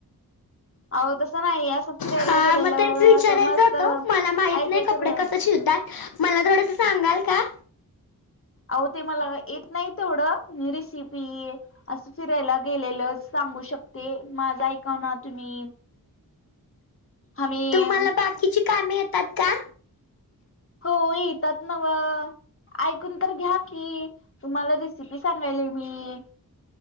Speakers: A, on the left; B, on the left.
A: अहो तसं नाही असं फिरायला
B: हा
A: गेलेलं
B: मग तेच विचारायचं
A: असं मस्त
B: होतं मला माहित
A: ऐक
B: नाही कपडे
A: तर
B: कसं मला थोडस सांगाल का
A: अहो ते मला येत नाही तेवढं रेसिपी असं फिरायला गेलेलं सांगू शकते, माझ ऐका ना तुम्ही आम्ही
B: तुम्हाला बाकीची कामे येतात का?
A: हो, येतात नव ऐकून तर घ्या कि तुम्हाला रेसिपी सांगायले मी.